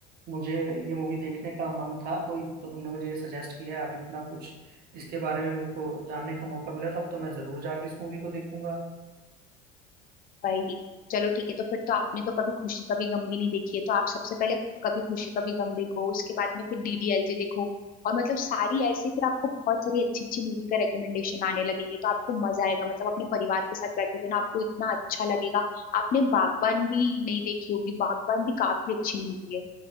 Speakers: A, on the right; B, on the left.
A: मुझे ये मूवी देखने का मन था कोई तो तुमने मुझे ये सजेस्ट किया है अब इतना कुछ इसके बारे में मेरे को जानने का मौका मिला तो अब तो मैं जरूर जाके इस मूवी को देखूंगा
B: भाई चलो ठीक है तो फिर तो आपने तो कभी खुशी कभी गम भी नहीं देखी है तो आप सबसे पहले कभी खुशी कभी गम देखो उसके बाद में फिर डीडीएलजे देखो और मतलब सारी ऐसे फिर आपको बहुत सारी अच्छी अच्छी मूवी का रिकमेंडेशन आने लगेंगे तो आपको मजा आएगा मतलब अपने परिवार के साथ बैठोगे ना आपको इतना अच्छा लगेगा आपने बागबान भी नहीं देखी होगी बागबान भी काफी अच्छी मूवी है